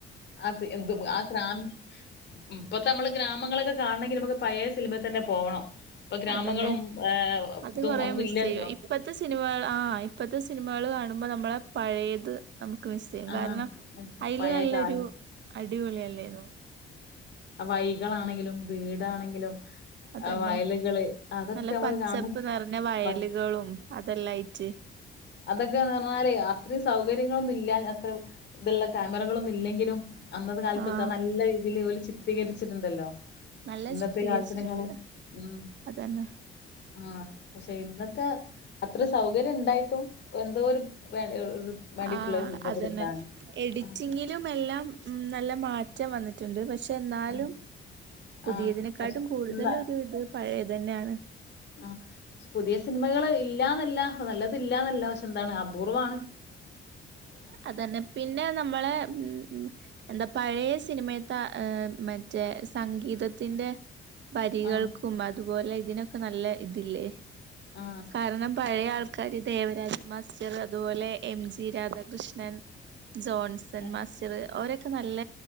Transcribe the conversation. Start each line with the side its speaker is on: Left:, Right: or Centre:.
Left: ആ ത് ദു ആ ക്രാ ഉം ഇപ്പൊ നമ്മള് ഗ്രാമങ്ങളൊക്കെ കാണണെങ്കിൽ നമുക്ക് പഴയ സിനിമൽ തന്നെ പോവണം. ഇപ്പൊ ഗ്രാമങ്ങളും
Right: അതന്നെ
Left: ഏഹ്
Right: അത്
Left: ഇതും
Right: കൊറെ
Left: ഒന്നും
Right: മിസ്
Left: ഇല്ലല്ലോ.
Right: ചെയ്യും ഇപ്പത്തെ സിനിമകൾ ആ ഇപ്പത്തെ സിനിമകൾ കാ ണുമ്പോ നമ്മളെ പഴയത് നമുക്ക് മിസ് ചെയ്യും
Left: ആഹ്.
Right: കാരണം അതിൽ
Left: പഴയ
Right: നല്ലൊരു
Left: കാലം
Right: അടിപൊളി അല്ലായിരുന്നോ.
Left: വൈകളാണെങ്കിലും വീടാണെങ്കിലും
Right: അതന്നെ
Left: ആ വയലുകള് അതൊക്കെ
Right: നല്ല
Left: നമുക്ക്
Right: പച്ചപ്പ്
Left: കാണ
Right: നിറഞ്ഞ വയലുകളും
Left: ബ
Right: അതെല്ലായിട്ട്.
Left: അതൊക്കെ ന്ന് പറഞ്ഞാല് അത്രയും സൗകര്യങ്ങളൊന്നുംല്ല അത്ര ഇതുള്ള ക്യാമറകളൊന്നും ഇല്ലെങ്കിലും അന്നത്തെ കാലത്തൊക്കെ
Right: ആഹ്
Left: നല്ല രീതിയിൽ ഓല് ചിത്രീകരി ട്ടുണ്ടല്ലോ
Right: നല്ല
Left: ഇന്നത്തെ
Right: ചിത്രീകരിച്ചിട്ടുണ്ട്
Left: കാലത്തിനേക്കാളും ഉം.
Right: അതന്നെ
Left: ആ പക്ഷെ ഇന്നൊക്കെ അത്ര സൗകര്യം ഉണ്ടായിട്ടും എന്തോ ഒരു വേ ഒരു മടിയിട്ടുള്ള
Right: ആ
Left: ഒരു സിനിമപിടുത്താണ്.
Right: അതന്നെ എഡിറ്റിങ്ങിലും
Left: ആഹ്
Right: എല്ലാം നല്ല മാ റ്റം വന്നിട്ടുണ്ട് പക്ഷെ ക്ഷെ എന്നാലും
Left: ആഹ്
Right: പുതിയതിനെക്കാട്ടും
Left: ആഹ് പക്ഷെ
Right: കൂടുതല്
Left: ഇന്ന
Right: ഒരു ഇത് പഴയതന്നെയാണ്.
Left: ആഹ് പക്ഷെ പുതിയ സിനിമകള് ഇല്ലാന്നല്ല നല്ലത് ഇല്ലാന്നല്ല പക്ഷെ എന്താണ് അപൂർവമാണ്.
Right: അതന്നെ പിന്നെ നമ്മളെ ഉം എന്താ പഴയ സിനിമ ത്തെ മറ്റേ സംഗീതത്തിന്റെ വരികൾക്കും
Left: ആഹ്
Right: അതും പോലെ ഇതിനൊക്കെ നല്ല ഇതില്ലേ.
Left: ആഹ്
Right: കാരണം പഴയ ആൾ ക്കാരി ദേവരാജ മാസ്റ്റർ അതുപോലെ M G Radha Krishnan Johnson
Left: ആഹ്
Right: മാസ്റ്റർ അവരൊ നല്ല